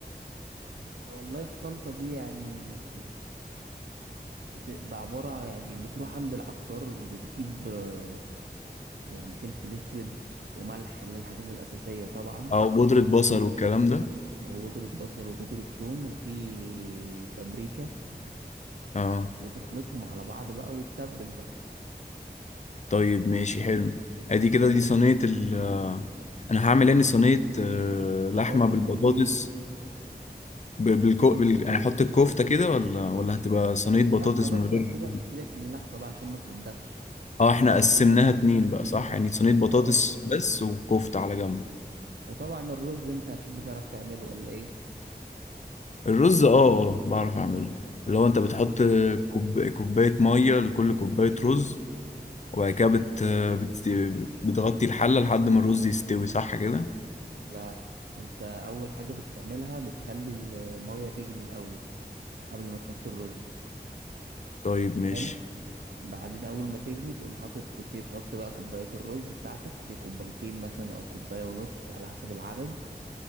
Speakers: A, on the right (about 80°); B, on the left (about 45°).
A: والله الخلطة دي يعني بتبقى عبارة يعني بتروح عند العطار بتجيب آه، يعني فلفل أسود وملح اللي هي الحاجات الأساسية طبعا
B: اه بودرة بصل والكلام ده
A: وبودرة بصل وبودرة ثوم وفي بابريكا
B: اه
A: وتخلطهم على بعض بقى وتتبل بقى
B: طيب ماشي حلو ادي كده دي صينية ال آه، انا هعمل يعني صينية آه، لحمة
A: بطاطس
B: بالبطاطس
A: ودي
B: ب- بالكو بال... يعني احط الكفتة كده ولا ولا هتبقى صينية بطاطس
A: لا خلاص
B: من غير
A: بقى سيبك سيبك من اللحمة بقى عشان ما تندخش
B: اه احنا قسمناها اتنين بقى صح يعني صينية بطاطس
A: اه
B: بس وكفتة على جنب
A: وطبعا الرز انت اكيد بتعرف تعمله ولا ايه
B: الرز اه اه بعرف اعمله اللي هو انت بتحط كوب... كوباية مية لكل كوباية رز وبعد كده بت... بت... بتغطي الحلة لحد ما الرز يستوي صح كده
A: لا انت اول حاجة بتعملها بتخلي المية تغلي الاول قبل ما تحط الرز
B: طيب ماشي
A: حلو بعدين اول ما تغلي تقوم حاطط تبتدي تحط بقى كوبايات الرز بتاعتك سي كوبايتين مثلا او كوباية ونص على حسب العدد